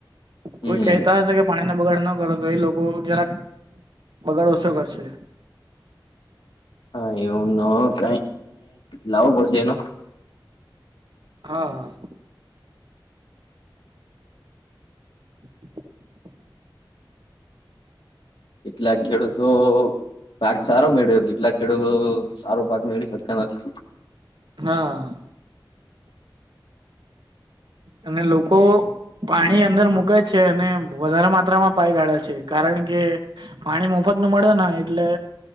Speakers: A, on the left; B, on the right.
A: હમ
B: કોઈ કહેતા હશે કે પાણીનો બગાડ ન કરો તો એ લોકો જરાક બગાડ ઓછો કરશે.
A: હા એવું ક લાવવો પડશે એનો
B: હા હ. <inaudible>
A: કેટલાક ખેડૂતો. પાક સારો મેળ્યો કેટલાક ખેડૂતો સારો પાક મેળવી શક્યા નથી
B: હા અને લોકો પાણી અંદર મૂકે જ છે અને વધારે માત્રામાં પાઈ ગાળે છે કારણ કે પાણી મોફત નું મળે એટલે